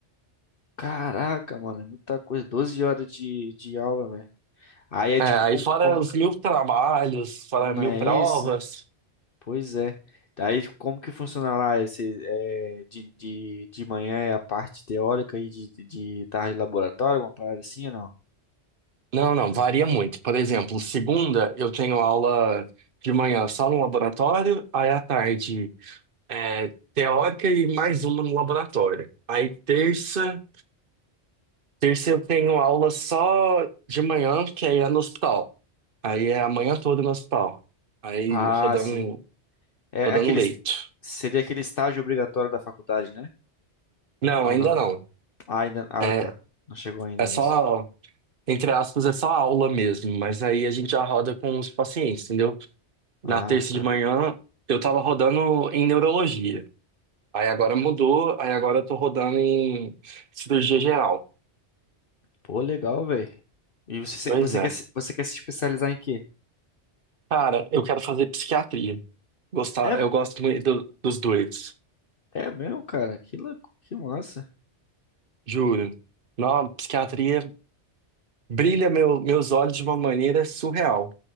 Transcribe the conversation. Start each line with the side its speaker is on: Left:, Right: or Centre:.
Left: Caraca, mano, é muita coisa. doze horas de, de aula, velho. Aí é
Right: É,
Left: tipo,
Right: aí
Left: como,
Right: fora
Left: como.
Right: os mil trabalhos, fora
Left: Não
Right: mil
Left: é
Right: provas.
Left: isso? Pois é. Daí como que funciona lá esse, é, de, de, de manhã é a parte teórica e de, de de tarde laboratório, alguma parada assim ou não?
Right: Não, não, varia muito. Por exemplo, segunda eu tenho aula de manhã só no laboratório, aí à tarde é, teórica e mais uma no laboratório. Aí terça, terça eu tenho aula só de manhã, que aí é no hospital. Aí é a manhã toda no hospital. Aí
Left: Ah,
Right: rodando,
Left: sim. É
Right: rodando
Left: aquele,
Right: leito.
Left: seria aquele estágio obrigatório da faculdade, né?
Right: Não,
Left: Ou
Right: ainda
Left: não?
Right: não.
Left: Ah, ainda... ah,
Right: É,
Left: tá. Não chegou ainda
Right: é só,
Left: nisso.
Right: entre aspas, é só aula mesmo, mas aí a gente já roda com os pacientes, entendeu? Na
Left: Ah,
Right: terça
Left: tá.
Right: de manhã, eu tava rodando em neurologia. Aí agora mudou, aí agora eu tô rodando em cirurgia geral.
Left: Pô, legal, velho. E você, se-
Right: Pois
Left: você
Right: é.
Left: quer, se- você quer se especializar em quê?
Right: Cara, eu quero fazer psiquiatria. Gostar,
Left: É,
Right: eu gosto muito do- dos dois,
Left: é mesmo, cara? Que louco, que massa.
Right: juro. Não, psiquiatria brilha meu- meus olhos de uma maneira surreal.